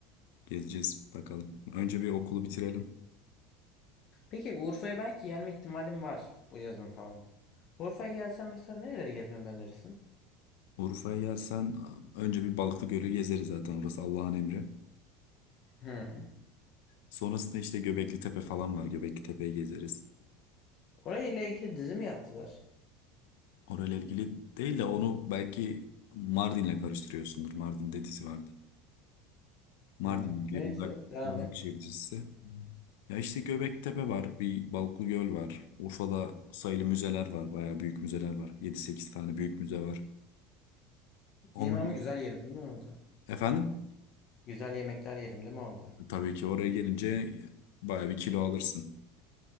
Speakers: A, on the left; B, on the left.
A: Gezeceğiz bakalım. Önce bir okulu bitirelim.
B: Peki Urfa'ya belki gelme ihtimalim var bu yazın falan. Urfa'ya gelsen mesela nereleri gezmemi önerirsin?
A: Urfa'ya gelsen önce bir Balıklıgöl'ü gezeriz zaten orası Allah'ın emri.
B: Hı.
A: Sonrasında işte Göbekli Tepe falan var. Göbekli Tepe'yi gezeriz.
B: Orayla ile ilgili dizi mi yaptılar?
A: Orayla ilgili değil de onu belki Mardin'le karıştırıyorsundur. Mardin'de dizi vardı. Mardin
B: Hı.
A: diye
B: Neyse
A: uzak,
B: devam
A: uzak
B: et.
A: şehir dizisi. Ya işte Göbekli Tepe var. Bir Balıklıgöl var. Urfa'da sayılı müzeler var. Bayağı büyük müzeler var. yedi sekiz tane büyük müze var. Onlar...
B: Yeme ama güzel yerim değil mi orada?
A: Efendim?
B: Güzel yemekler yerim değil mi orada?
A: Tabii ki oraya gelince bayağı bir kilo alırsın.